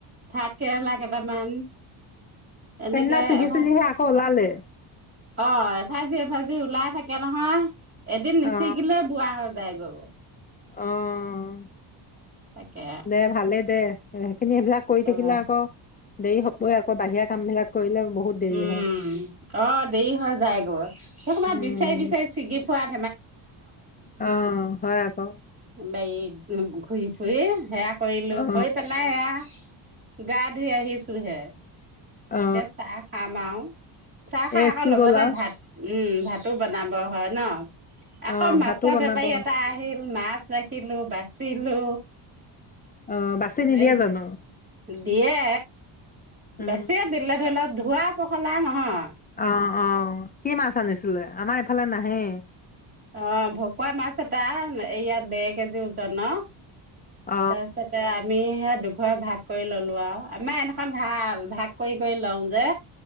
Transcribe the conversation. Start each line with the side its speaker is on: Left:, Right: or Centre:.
Right: ভাত কেৰেলা কেইটামান। এনেকে
Left: সেদিনা ছিগিছিলিহে
Right: এভাজ
Left: আকৌ ওলালে?
Right: অ, এভাজি- এভাজি ওলাই থাকে নহয় এদিন নিচিগিলে
Left: অ
Right: বোৱা হৈ যায় গৌ।
Left: অ',
Right: তাকে
Left: দে ভালেই দে সেইখিনি সেইবিলাক কৰি থাকিলে
Right: অ
Left: আকৌ দেৰি হবই আকৌ বাহিৰা কাম বিলাক কৰিলে বহুত দেৰি
Right: উম,
Left: হয়।
Right: অ', ' দেৰি হৈ যায় গৈ সেইখুপা
Left: উম
Right: বিচাৰি, বিচাৰি ছিগি ফোৱাত।
Left: অ', 'হয় আকৌ।
Right: বাৰী ঘূৰি ফুৰি সেয়া কৰিলো
Left: অ
Right: কৰি পেলাই সেয়া গা ধুই আহিছো হে এতিয়া
Left: অ
Right: চাহ খাম আৰু। চাহ খাই
Left: এই
Right: আকৌ
Left: স্কুল
Right: লগতে
Left: গ'লা
Right: ভাত উম, ভাতো বনাব হয় ন। আকৌ
Left: অ
Right: মাছৰ
Left: ভাতো বনাব
Right: বেপাৰী এটা আহিল। মাছ ৰাখিলো বাচিলো।
Left: অ বাচি নিদিয়ে
Right: এই
Left: জানো
Right: দিয়ে।
Left: উম
Right: বেছিয়েই দিলে ধৰি লওক ধোৱা পখলা নহয়।
Left: অ', অ' কি মাছ আনিছিলে আমাৰ এইফালে নাহে।
Right: অ' ভকুৱা মাছ এটা এই ইয়াত দেৰ কেজি ওজন। তাৰপিছতে
Left: অ
Right: আমি হেয়া দুখৰে ভাগ কৰি ললো আৰু আমাৰ এইদশত ভাল ভাগ কৰি কৰি লও যে।